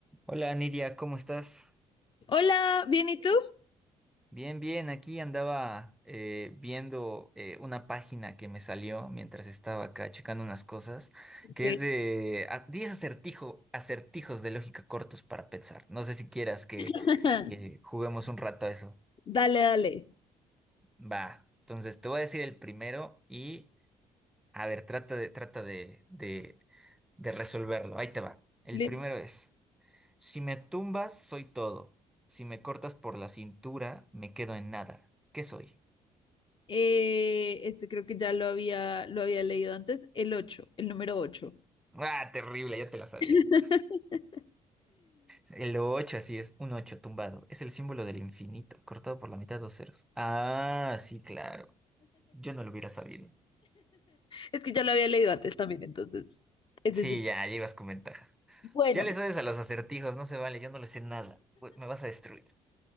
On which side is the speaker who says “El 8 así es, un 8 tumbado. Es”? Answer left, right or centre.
Centre